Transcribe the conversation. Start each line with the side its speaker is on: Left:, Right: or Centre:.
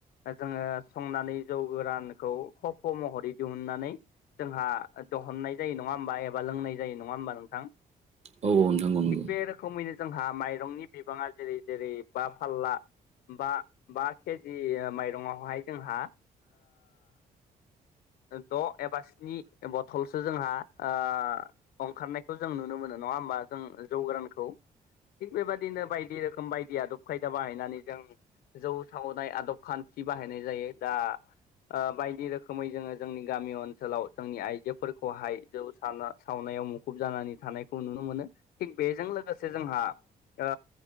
Left: जोङो संनानै जौ गोरानखौ खफ' महरै दिहुननानै जोंहा दहननाय जायो नङा होमबा एबा लोंनाय जायो नङा होमबा नोंथां?
Right: औ औ नोंथां औ नंगौ।
Left: थिग बे रोखोमैनो जोंहा माइरंनि बिबाङा जेरै जेरै बा फारला बा बा केजि माइरंआवहाय जोंहा ओ द' एबा स्नि बथलसो जोंहा ओ ओखारनायखौ जों नुनो मोनो नङा होमबा जों जौ गोरानखौ थिग बेबायदिनो बायदि रोखोम बाय आदब खायदा बाहायनानै जों जौ सावनाय आदब खान्थि बाहायनाय जायो दा ओ बायदि रोखोमै जोङो जोंनि गामियाव ओनसोलाव जोंनि आइजोफोरखौहाय जौ साव सावनायाव मुखुब जानानै थानायखौ नुनो मोनो। थिग बेजों लोगोसे जोंहा ओ